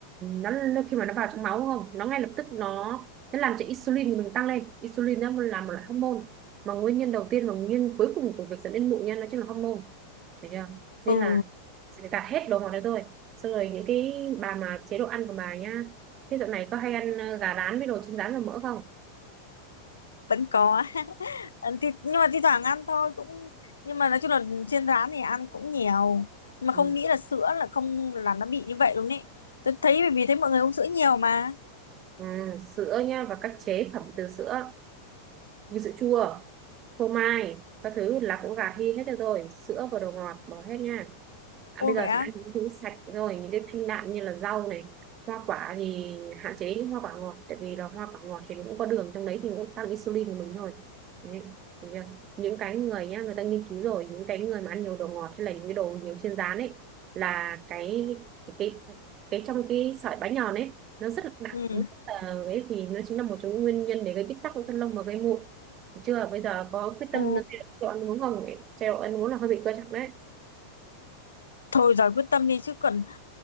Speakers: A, on the right; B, on the left.
A: nó, nó khi mà nó vào trong máu đúng không nó ngay lập tức nó nó làm cho insulin của mình tăng lên insulin nó là một loại hormone mà nguyên nhân đầu tiên và nguyên nhân cuối cùng của việc dẫn đến mụn nha nó chính là hormone được chưa nên
B: ừ
A: là sẽ gạt hết đồ ngọt đấy thôi xong rồi những cái bà mà chế độ ăn của bà nhá thế dạo này có hay ăn ờ, gà rán với đồ chiên rán và mỡ không
B: vẫn có <laughs> Ăn thì, nhưng mà thi thoảng ăn thôi cũng nhưng mà nói chung là trên rán thì ăn cũng nhiều nhưng mà
A: Ừ.
B: không nghĩ là sữa là không là nó bị như vậy luôn ấy tôi thấy bởi vì thấy mọi người uống sữa nhiều mà
A: ừ, sữa nha và các chế phẩm từ sữa như sữa chua phô mai các thứ là cũng gạt đi hết được rồi sữa và đồ ngọt bỏ hết nha à,
B: ô
A: bây giờ
B: vậy á
A: sẽ ăn những thứ sạch rồi những cái thanh đạm như là rau này hoa quả thì hạn chế những hoa quả ngọt tại vì là hoa quả ngọt thì nó cũng có đường trong đấy thì nó cũng tăng insulin của mình thôi đấy được chưa? những cái người nhá người ta nghiên cứu rồi những cái người mà ăn nhiều đồ ngọt hay là những cái đồ nhiều chiên rán ấy là cái cái cái, cái trong cái sợi bánh nhòn ấy nó rất là đặc
B: ừ
A: nó rất là ấy thì nó chính là một trong những nguyên nhân để gây bít tắc của phân lông và gây mụn Thấy chưa bây giờ có quyết tâm
B: Ồ.
A: chế độ ăn uống không ấy chế độ ăn uống là hơi bị quan trọng đấy
B: thôi rồi quyết tâm đi chứ còn